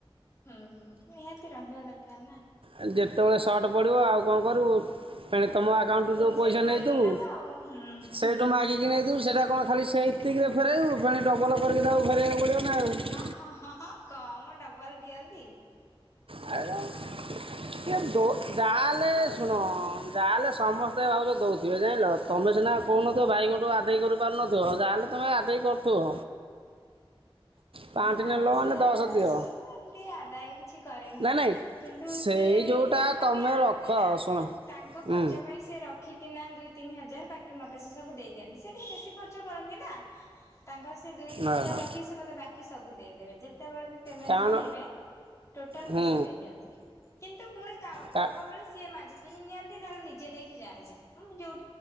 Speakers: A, on the left (about 30°); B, on the right (about 70°).
A: ହୁଁ ନିହାତି ରହିବା ଦରକାର ନା।
B: ଏ ଯେତେବେଳେ ସଟ୍ ପଡିବ ଆଉ କଣ କରିବୁ ପେନେ ତମ ଆ ଆକାଉଣ୍ଟରୁ
A: ପୁଣି
B: ଯୋଉ ପଇସା
A: ସେଇଠୁ ମାଗିକି
B: ନେଇଥିବୁ
A: ନେବା ଆଉ। ହୁଁ।
B: ସେ ଯୋଉ ମାଗିକି ନେଇଥିବୁ ସେଟା କଣ ଖାଲି ସେଇତିକିରେ ଫେରେଇବୁ ଫେନେ ଡବଲ କରିକି ତାକୁ ଫେରେଇଆକୁ ପଡିବ ନାଉ।
A: ହଁ ହଁ ହଁଁ କମ୍ ଡବଲ ଦିଅନ୍ତି।
B: <unintelligible> ଯାହାଲେ ଶୁଣ ଯାହାଲେ ସମସ୍ତେ ଭାଗ ଦଉଥିବେ ଜାଣିଲ ତମେ ସିନା କହୁନଥିବ
A: ହୁଁ।
B: ଭାଇଙ୍କଠୁ ଆଦାୟ କରିପାରୁନଥିବ ଯାହାହେଲେ ତମେ ଆଦାୟ କରୁଥିବ ପାଞ୍ଚ
A: ନାଇଁ
B: ନେଲ
A: ସେ
B: ମାନେ ଦଶ ଦିଅ
A: ମୁଁ ଏମତି ଆଦାୟ କିଛି କରେନି
B: ନା ନାଇଁ
A: କିନ୍ତୁ
B: ସେଇ
A: ସିଏ
B: ଯୋଉଟା
A: ଯାହା
B: ତମେ
A: ବି ଆଣନ୍ତେ
B: ରଖ
A: ନା
B: ଶୁଣ
A: ତାଙ୍କ
B: ହୁଁ
A: ଖର୍ଚ୍ଚ ପାଇଁ ସେ ସେ ରଖିକିନା ଦୁଇ ତିନି ହଜାର ବାକି ମତେ ସେ ସବୁ ଦେଇ ଦିଅନ୍ତି ସେ ଟିକେ ବେଶୀ ଖର୍ଚ୍ଚ କରନ୍ତି ନା ତାଙ୍କର ସେ ଦୁଇ ତିନି
B: ଓହୋ।
A: ହଜାର ରଖିକି ସେ ମତେ ବାକି ସବୁ ଦେଇଦେବେ ଯେତେବେଳେ ବି ପେମେଣ୍ଟ
B: କାରଣ
A: ଉଠେଇବେ ଟୋଟାଲ
B: ହୁଁ
A: ପଇସା ଦେଇ ଦିଅନ୍ତି କିନ୍ତୁ ପୁଣି କାମ କର୍ମ
B: କା-
A: ବେଳେ ସିଏ ମାଗିକି ହିଁ ନିଅନ୍ତି ନହେଲେ ନିଜେ ନେଇକି ଯାଆନ୍ତି ଯୋଉ